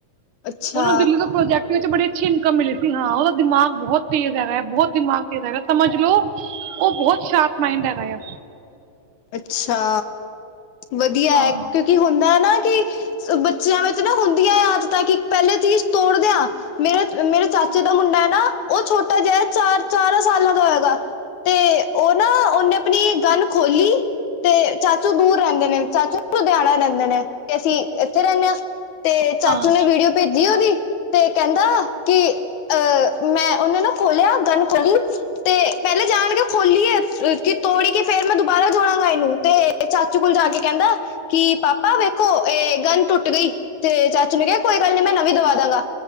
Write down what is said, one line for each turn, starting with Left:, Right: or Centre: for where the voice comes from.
Left: ਅੱਛਾ
Right: ਉਹਨੂੰ ਦਿੱਲੀ ਤੋਂ ਪ੍ਰੋਜੈਕਟ ਵਿੱਚ ਬੜੀ ਅੱਛੀ ਇਨਕਮ ਮਿਲੀ ਸੀ ਹਾਂ, ਉਹਦਾ ਦਿਮਾਗ ਬਹੁਤ ਤੇਜ ਹੈਗਾ ਐ ਬਹੁਤ ਦਿਮਾਗ ਹੈਗਾ ਸਮਝ ਲਓ ਉਹ ਬਹੁਤ ਸ਼ਾਰਪ ਮਾਈੰਡ ਹੈਗਾ ਆ।
Left: ਅੱਛਾ, ਵਦੀਆ
Right: ਹਾਂ
Left: ਐ ਕਿਉਂਕਿ ਹੁੰਦਾ ਨਾ ਕਿ ਬੱਚਿਆਂ ਵਿੱਚ ਨਾ ਹੁੰਦੀਆਂ ਆਦਤਾਂ ਕਿ ਪਹਿਲੇ ਚੀਜ਼ ਤੋੜ ਦਿਆਂ ਮੇਰੇ ਅ ਮੇਰੇ ਚਾਚੇ ਦਾ ਮੁੰਡਾ ਐ ਨਾ, ਉਹ ਛੋਟਾ ਜਿਹਾ ਏ ਚਾਰ ਚਾਰਾਂ ਸਾਲਾਂ ਦਾ ਹੋਏਗਾ। ਤੇ ਉਹ ਨਾ ਉਹਨੇ ਆਪਣੀ ਗੰਨ ਖੋਲੀ। 'ਤੇ ਚਾਚੂ ਦੂਰ ਰਹਿੰਦੇ ਨੇ ਚਾਚੂ ਲੁਧਿਆਣਾ ਰਹਿੰਦੇ ਨੇ ਤੇ ਅਸੀਂ ਇੱਥੇ ਰਹਿਨੇ ਹਾਂ। ਤੇ ਚਾਚੂ
Right: ਹਾਂ
Left: ਨੇ ਵੀਡੀਓ ਭੇਜ ਜੀ ਉਹਦੀ, ਤੇ ਕਹਿੰਦਾ, ਕਿ ਅਹ ਮੈਂ ਉਹਨੇ ਨਾ ਖੋਲਿਆ ਗੰਨ ਖੋਲੀ ਤੇ ਪਹਿਲੇ ਜਾਣ ਕੇ ਖੋਲੀ ਹੈ ਕਿ ਤੋੜੀ ਕੇ ਫੇਰ ਮੈਂ ਦੁਬਾਰਾ। ਜੋੜਾਂਗਾ ਇਹਨੂੰ ਤੇ ਚਾਚੂ ਕੋਲ ਜਾ ਕੇ ਕਹਿੰਦਾ। ਕਿ ਪਾਪਾ ਵੇਖੋ ਇਹ ਗੰਨ ਟੁੱਟ ਗਈ ਤੇ ਚਾਚੂ ਨੇ ਕਿਹਾ ਕੋਈ ਗੱਲ ਨੀ ਮੈਂ ਨਵੀਂ ਦਵਾ ਦਾਂਗਾ।